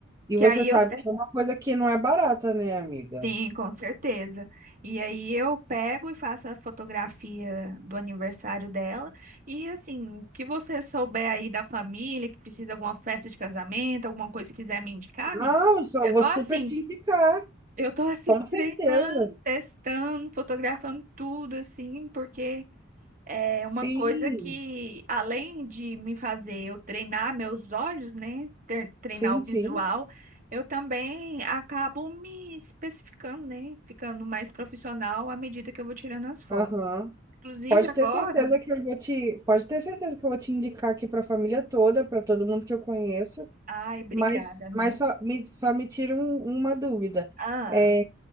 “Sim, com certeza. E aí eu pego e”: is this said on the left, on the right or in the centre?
Right